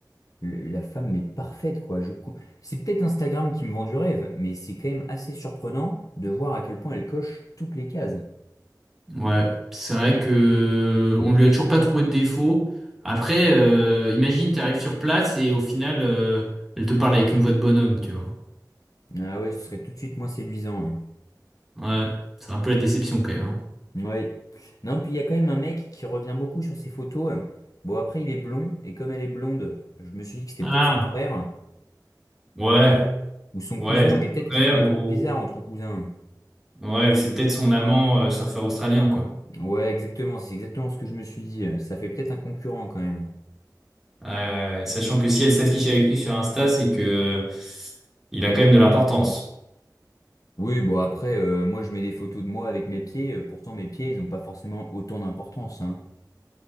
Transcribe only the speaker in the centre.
Ouais, c'est vrai que on lui a toujours pas trouvé de défaut. Après euh, imagine t'arrives sur place et au final euh, elle te parle avec une voix de bonhomme tu vois.
Ouais, c'est un peu la déception quand même. hein.
Ah,
ouais,
ouais,
c'est
son
frère
ou
ouais, c'est peut-être son amant euh, surfeur australien quoi.
Ouais, ouais. ouais. Sachant que si elle s'affiche avec lui sur Insta, c'est que il a quand même de l'importance.